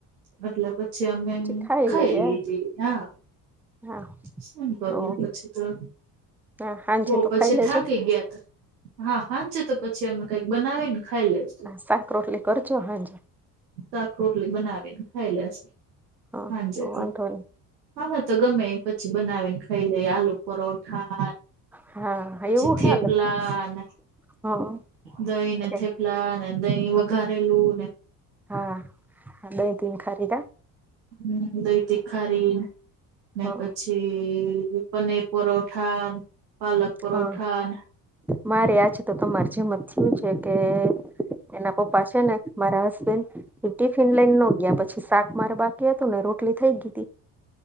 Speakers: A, on the right (about 80°); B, in the centre.
A: એટલે પછી અમે
B: પછી
A: ખાઈ
B: લઈએ
A: લીધી
B: એમ
A: હા
B: હા
A: શું કરવું
B: ઓ
A: પછી તો?
B: હા હાંજે
A: હો
B: તો
A: પછી
B: ખાઈ લેજો
A: થા કે ગયાતા. હા હાજે તો પછી અમે કઈક બનાવીને ખાઈ લેજું.
B: સાક રોટલી કરજો હાજે.
A: સાક રોટલી બનાવીને ખાઈ લેશુ
B: હા
A: હાજે તો.
B: વાંધો નહી
A: હાવે તો ગમે પછી બનાવીને ખાઈ લઈ આલુ પરોઠા
B: હા
A: પછી
B: એવું
A: થેપલા
B: હાલે
A: અને
B: હા
A: દહી ને
B: છે
A: થેપલા લા ને દહીં વઘારે લુંને.
B: હા હ બે દિન ખરીદા?
A: હમ દહી તીખારી ને
B: હા
A: પછી-' પનીર પરોઠા, પાલક પરોઠા
B: હા મારેય આજે તો ત માર જીમ થયું છે કે.? એના પપ્પા છે ને, મારા હસબેન્ડ ટિફિન લઈન નો ગયા પછી, મારે બાકી હતું ને રોટલી થઈ ગી હતી